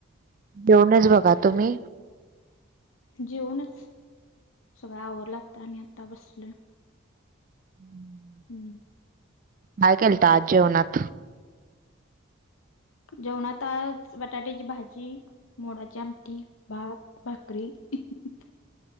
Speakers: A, on the right (about 40°); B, on the left (about 80°).
A: जेवलचं बघा. तुम्ही?
B: जेवूनचं सगळं आवरल आता आणि आता बसलोयं.
A: हम्म.
B: हम्म.
A: काय केलता आज जेवणात?
B: जेवण आताच बटाट्याची भाजी मोडाची आमटी, भात, भाकरी इहीहीही